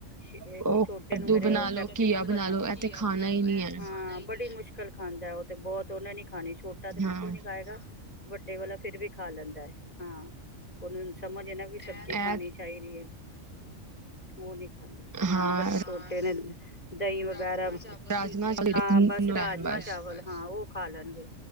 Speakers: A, on the left; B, on the right.
A: ਛ ਇੱਕ
B: ਉਹ
A: ਛੋਟੇ
B: ਕੱਦੂ
A: ਨੂ ਮੇਰੇ
B: ਬਣਾ
A: ਉਹ
B: ਲੋ,
A: ਕੈਪਸੀਕਮ
B: ਘੀਆ ਬਣਾ
A: ਪਸੰਦ
B: ਲੋ, ਇਹ
A: ਏ,
B: ਤੇ ਖਾਣਾ ਹੀ ਨੀ ਹੈ।
A: ਹਾ ਬੜੀ ਮੁਸ਼ਕਿਲ ਕਲ ਖਾਂਦਾ ਹੈ ਉਹ ਤੇ ਬਹੁਤ ਉਹਨੇ ਨੀ ਖਾਣੀ, ਛੋਟਾ ਤੇ ਬਿਲਕੁਲ
B: ਹਾਂ,
A: ਨੀ ਖਾਏਗਾ। ਵੱਡੇ ਵਾਲਾ ਫੇਿਰ ਵੀ ਖਾ ਲੈਂਦਾ ਹੈ, ਹਾਂ ਉਹਨੂੰ ਸਮਝ ਇਹ ਨਾ ਵੀ ਸਬਜ਼ੀ ਖਾਣੀ
B: ਐ
A: ਚਾਹੀਦੀ ਹੈ, ਉਹ ਨੀ ਖਾਂਦਾ ਨਾ
B: ਹਾਂ
A: ਵੱਡਾ ਛੋ ਦੇਂਦੇ ਦਹੀਂ ਵਗੈਰਾ,
B: ਰਾਜਮਾਂ ਚਾਵਲ
A: ਹਾਂ ਬਸ ਰਾਜਮਾਂ
B: ਬਸ
A: ਚਾਵਲ। ਹਾਂ ਉਹ ਖਾ ਲੈਣਗੇ।